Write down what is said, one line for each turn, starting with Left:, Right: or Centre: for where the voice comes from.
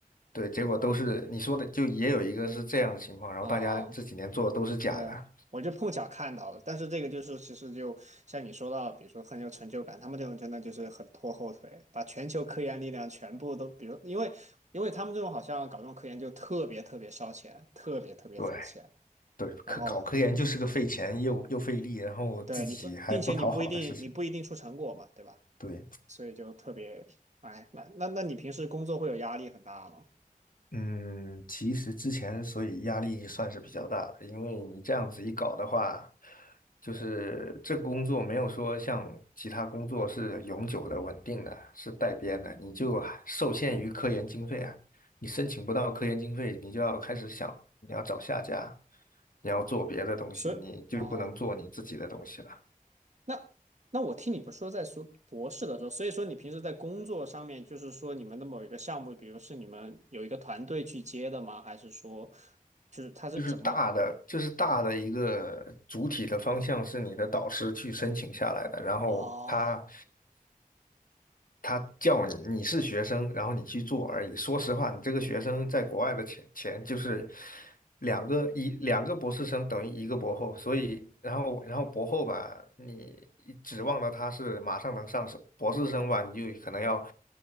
Left: 对，结果都是你说的，就也有一个是这样的情况，然后大家这几年做的都是假的，
Right: 啊。啊对啊，我就碰巧看到了，但是这个就是其实就像你说到，比如说很有成就感，他们这种真的就是很拖后腿，把全球科研力量全部都，比如因为因为他们这种好像搞这种科研就特别特别烧钱，特别特别费钱，
Left: 对。对，
Right: 然后
Left: 科搞科研就是个费钱又又费力，然后自己还不讨好的事情。
Right: 对你不，并且你不一定你不一定出成果嘛，对吧？
Left: 对，
Right: 所以就特别，哎，那那那你平时工作会有压力很大吗？
Left: 嗯，其实之前所以压力算是比较大的，因为你这样子一搞的话，就是这个工作没有说像其他工作是永久的、稳定的，是带编的，你就还受限于科研经费啊。你申请不到科研经费，你就要开始想你要找下家，你要做别的东西，
Right: 所以哦，
Left: 你就不能做你自己的东西了。
Right: 那那我听你们说在说博士的时候，所以说你平时在工作上面，就是说你们的某一个项目，比如是你们有一个团队去接的吗？还是说就是他是怎么？
Left: 就是大的，就是大的一个主体的方向是你的导师去申请下来的，然后他
Right: 哦
Left: 他叫你，你是学生，然后你去做而已。说实话，你这个学生在国外的钱钱就是两个一两个博士生等于一个博后，所以然后然后博后吧，你指望的他是马上能上手，博士生吧，你就可能要。